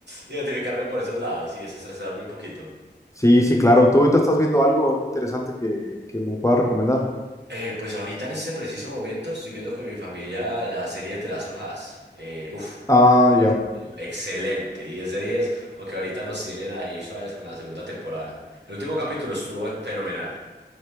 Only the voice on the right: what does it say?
identificarme por esos lados y desestresarme un poquito.
Eh, pues ahorita en este preciso momento estoy viendo con mi familia la serie de The Last of Us. Eh, uf,
Dios
mío, excelente, 10 de 10, aunque ahorita nos tienen ahí suaves con la segunda temporada. El último capítulo estuvo fenomenal.